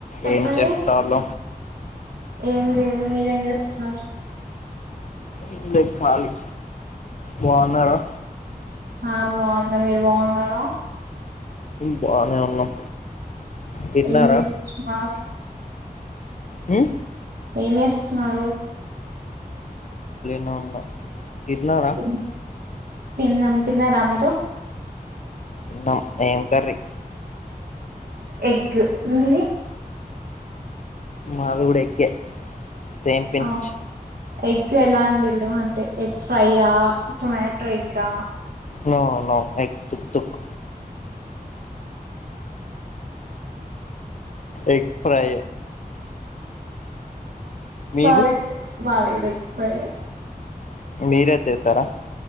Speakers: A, on the right; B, on the left.
A: చెప్పండి
B: ఏమి చేస్తున్నావ్
A: ఏం లేదు మీరేం చేస్తున్నారు
B: ఎం లే ఖాళీ బాగున్నారా
A: ఆ బాగున్న మీరు బాగున్నార
B: బానే ఉన్నాం తిన్నారా
A: ఏంచేస్తునావ్
B: ఉ
A: ఏం చేేస్తున్నారు
B: అవును తిన్నారా
A: తిన్- తిన్నాం తిన్నారా మీరు
B: తిన్న ఏం కర్రీ
A: ఎగ్గు మీది
B: మాది గూడ ఎగ్ ఏ సేమ్ పించ్
A: అవును ఎగ్ ఎలా అండీలు అంటే ఎగ్ ఫ్రైయా టొమాటో ఎగ్గా
B: న నవు ఎ దూక్ తూక్ ఎగ్ ప్రై మీది
A: బది మది కూడా ఎగ్ ఫ్రై ఎ
B: మీరే చేశార